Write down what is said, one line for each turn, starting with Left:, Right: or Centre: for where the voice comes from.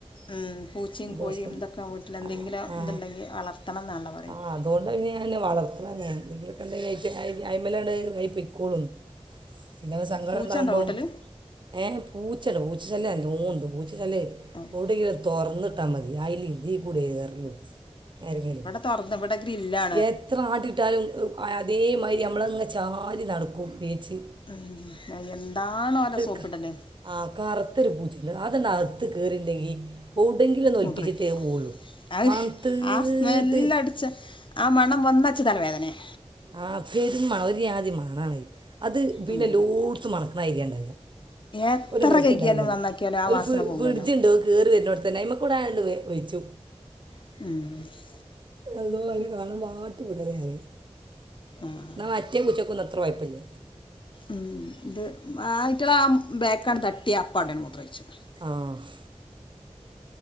Left: ഉം പൂച്ചയും
Right: എന്ത്
Left: കോഴിയും
Right: പ്രശ്നം
Left: ഇതൊക്കെ വീട്ടിൽ എന്തെങ്കിലും
Right: ആ ആ
Left: ഇതുണ്ടെങ്കിൽ വളർത്തണം എന്നാണ് പറയുന്നത്.
Right: ആ അതുകൊണ്ടാണ് പിന്നെ ഞാൻ വളർത്തണ <unintelligible> എലക്കെണ്ടെ അയ്മലാണ്ഇക്കോളന്ന് പിന്നെ ഒരു സങ്കടം
Left: പൂച്ചണ്ടോ
Right: ഉണ്ടാവുമ്പോം
Left: വീട്ടില്
Right: ഏ പൂച്ചട പൂച്ചല്ലൃം അല്ലൂ ഉണ്ട് പൂച്ച ചല്ല
Left: ഉം
Right: കൂടെങ്കും തൊറന്നിട്ട് പത്താൽ മതി അതിലിതിക്കൂടെ എറങ്ങിവരും ആരെങ്കിലും
Left: തുറന്നിവിടെ ഗ്രില്ലാ
Right: എത്ര ആട്ടിട്ടാലും അതേമാതിരി നമ്മളങ്ങ് ചാരി നടക്കും വേച്ച്
Left: ഉം എന്താണോ അവടെ സോപ്പിടല്ല്
Right: ക- ആ കറുത്തൊരു പൂച്ചയുണ്ട് അതൊന്നു അകത്ത് കയറിയുണ്ടെങ്കിൽ കൂടെങ്കിലും ഒന്ന് ഒളിപ്പിച്ചിട്ടേ
Left: മൂത്രം
Right: പോവുകയുള്ളു
Left: അഹ്
Right: മണത്തീട്ട്
Left: ആ സ്മെല്ലടിച്ച ആ മണം വന്നാച്ചാ തലവേദനയാ
Right: ആ പെരു ഒരു ജാതി മണാണേ അത് പിന്നെ
Left: ഉം
Right: ലോട്സ് മണക്കണായിരിക്കേണ്ടല്ലോ
Left: എത്ര
Right: ഒരു സ്ഥലത്തുണ്ടായാ
Left: കഴുകിയാലും
Right: മതി.
Left: നന്നാക്കിയാലും ആ
Right: ഒരു
Left: വാസന
Right: ഫ്രിഡ്
Left: പോകൂലല്ലോ
Right: ഫ്രിഡ്ജ് ഉണ്ട് അതു കേറി വരുന്നടത്ത്തന്നെ കൂടാണ്ട് വെ വെച്ചു
Left: ഉം
Right: അതോ അതിനെ കാണുമ്പോ ആട്ടിവിടുകയായി.
Left: ആഹ്
Right: എന്നാ മറ്റേ പൂച്ചയ്ക്ക് ഒന്നും അത്ര കുഴപ്പമില്ല
Left: ഉം ഇത് ആയിട്ടുള്ള ബാക്കാണ് തട്ടി അപ്പം അവിടെ മൂത്രം ഒഴിച്ചുവെക്കും
Right: ആഹ്